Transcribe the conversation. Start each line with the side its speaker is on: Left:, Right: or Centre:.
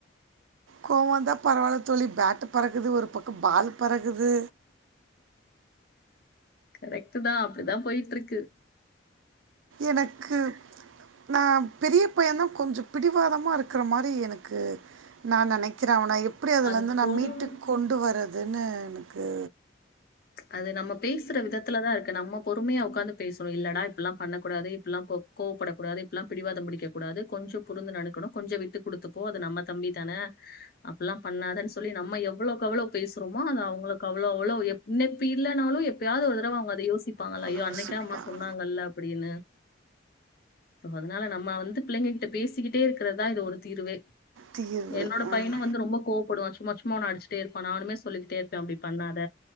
Right: கோவந்தா பரவால தோழி பேட் து ஒரு பக்க பால் பறக்குது
Left: கரெக்ட் தா அப்படிதா போயிட்டு இருக்
Right: எனக்கு நா பெரிய இப்போ என்ன கொஞ்ச பிடிவாதமா இருக்கிற மாரி எனக்கு நா நெனைக்கிறே அவன எப்டி அதுலருந்து
Left: அது
Right: நா
Left: பொதும்
Right: மீட்டு கொண்டு வரத் அதென்ன எனக்கு
Left: அது நம்ம பேசுற விதத்துலதா இருக்கு நம்ம பொறுமையா ஒக்காந்து பேசணு இல்லனா இப்பெல்லா பண்ணக்கூடாது இப்பெல்லா கோ கோவப்படக்கூடாது இப்பெல்லா பிடிவாத பிடிக்க கூடாது கொஞ்ச பொருந்து நடக்கணு கொஞ்ச விட்டு குடுத்துப்போ அது நம்ம தம்பி தான அப்பெல்லா பண்ணாதன் சொல்லி நம்ம எவ்ளோவுக் எவ்ளோ பேசுறோமோ அது அவுங்களுக்கு அவ்ளோ அவ்ளோ இனப்பி இல்லனாலு எப்பயாவது ஒரு தரவ அவுங்க அத யோசிப் ப்பாங்கள ஐயோ
Right: யோசிப்பேன்.
Left: அன்னைக்கே அம்மா சொன்னாங்கல்ல அப்படின்னு அதனால நம்ம வந்து பிள்ளைங்ககிட்ட பேசிக்கிட்டே இருக்கிறதா இது ஒரு தீர்வு
Right: தீர்வு
Left: என்னோட
Right: ம்.
Left: பையன வந்து ரொம்ப கோவப்படுவா சும்மா சும்மா அவன அடிச்சிட்டே இருப்பே நானுமே சொல்லிக்கிட்டே இருப்பே அப்டி பண்ணாத